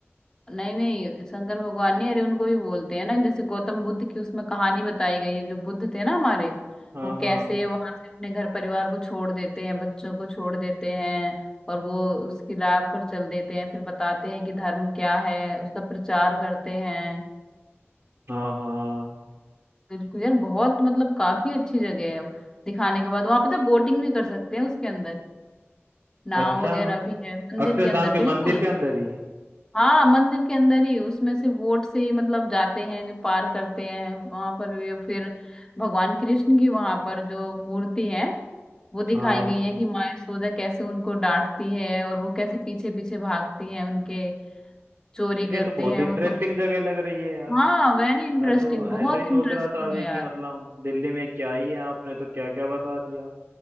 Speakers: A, on the left (about 15°); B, on the right (about 60°).
A: नहीं नहीं शंकर भगवान नहीं अरे उनको भी बोलते हैं ना जैसे गौतम बुद्ध की उसमें कहानी बताई गई है जो बुद्ध थे ना हमारे
B: हाँ
A: वो
B: हाँ
A: कैसे वहां से अपने घर परिवार को छोड़ देते हैं बच्चों को छोड़ देते हैं और वो उसकी राह पर चल देते हैं फिर बताते हैं कि धर्म क्या है उसका प्रचार करते हैं
B: हाँ हाँ
A: बिल्कुल यार बहुत मतलब काफी अच्छी जगह है दिखाने के बाद वहां पता बोटिंग भी कर सकते हैं उसके अंदर नाव
B: अच्छा
A: वगैरह भी है मंदिर
B: अक्षरधाम
A: के अंदर
B: के
A: बिल्कुल
B: मंदिर के अंदर ही
A: हाँ मंदिर के अंदर ही उसमें से वोट से ही मतलब जाते हैं जो पार करते हैं वहां पर वे फिर भगवान कृष्ण की वहां पर जो मूर्ति है वो दिखाई
B: हाँ
A: गई है कि माँ यशोदा कैसे उनको डांटती है और वो कैसे पीछे पीछे भागती हैं उनके चोरी
B: यार
A: करते
B: ये तो बहुत
A: हैं
B: इंटरेस्टिंग
A: वो तो
B: जगह लग रही है यार
A: हाँ वेरी इंटरेस्टिंग
B: मैं तो
A: बहुत
B: ऐसे ही सोच
A: इंटरेस्टिंग
B: रहा था अभी
A: है यार
B: कि मतलब दिल्ली में क्या ही है आपने तो क्या क्या बता दिया